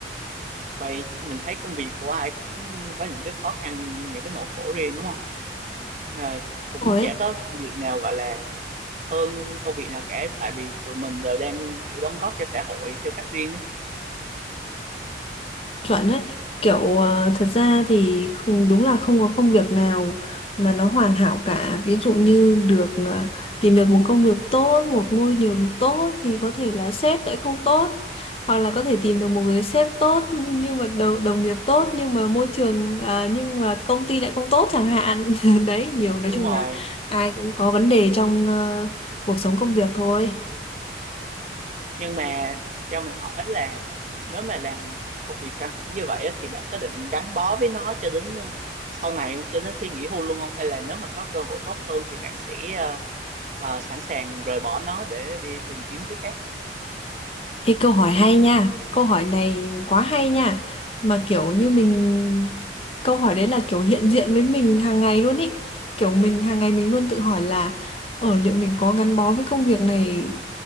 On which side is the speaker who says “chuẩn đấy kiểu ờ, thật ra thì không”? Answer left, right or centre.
Left